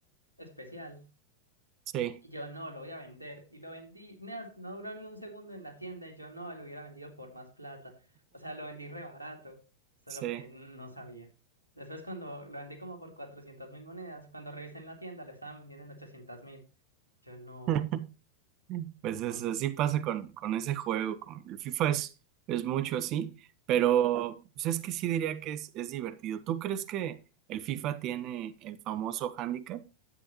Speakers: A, on the left (about 80°); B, on the right (about 35°).
A: especial.
B: Sí,
A: Y yo no, lo voy a vender. Y lo vendí. No, no duró ni un segundo en la tienda. Y yo no, lo hubiera vendido por más plata. O sea, lo vendí re barato. Solo
B: sí.
A: que no sabía. Después, cuando lo vendí como por 400 mil monedas, cuando revisé en la tienda, lo estaban vendiendo en 800 mil. Yo no,
B: <laughs> Pues es-
A: no.
B: así pasa con, con ese juego, con el FIFA es, es mucho así, pero pues es que sí diría que es, es divertido. ¿Tú crees que el FIFA tiene el famoso handicap?